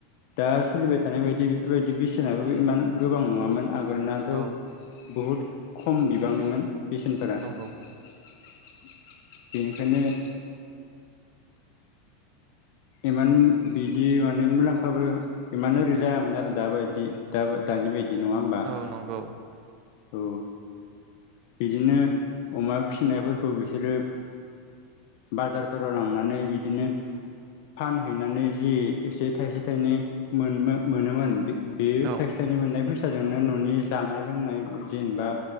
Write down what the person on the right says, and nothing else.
औ
नंगौ
औ नंगौ
औ